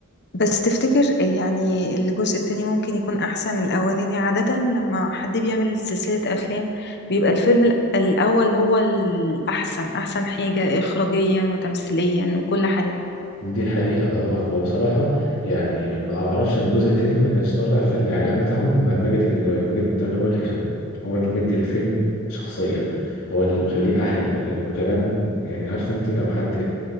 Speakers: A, on the left (about 50°); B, on the left (about 90°).
A: بس تفتكر يعني الجزء التاني ممكن يكون أحسن من الأولاني عادة لما حد بيعمل سلسلة أفلام بيبقى الفيلم الأ- الأول هو الأحسن أحسن حاجة إخراجيا وتمثيليا وكل حاجة
B: دي حقيقه اه هو بصراحه يعني ما ما اعرفش في الجزء التاني ما كانش طالع في الاعلان بتاعهم ماجد الكدواني ماجد الكدواني هو اللي كان هو اللي مدي الفيلم شخصيه هو اللي مخليه احلى وكلام يعني عارفه انت لو حد